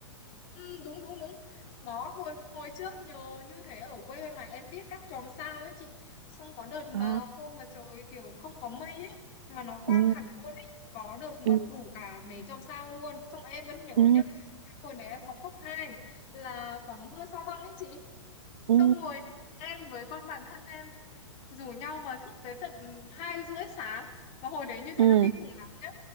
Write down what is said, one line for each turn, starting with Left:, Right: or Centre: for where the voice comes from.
Left: Ừ, đúng đúng đúng. Đó hồi hồi trước nhờ như thế ở quê mà em biết các chòm sao ấy chị. Xong có đợt mà
Right: À.
Left: hôm mà trời kiểu không có mây ấy mà nó quang
Right: Ừ.
Left: hẳn luôn ấy. Có đợt mà
Right: Ừ.
Left: đủ cả mấy chòm sao luôn. Xong em vẫn nhớ
Right: Ừ.
Left: nhá. Cái Hồi đấy em học cấp 2 là có mưa sao băng ấy chị Xong
Right: Ừ.
Left: rồi em với con bạn thân em rủ nhau mà thức tới tận hai rưỡi sáng và hồi đấy như thế
Right: Ừ.
Left: là kinh khủng lắm nhá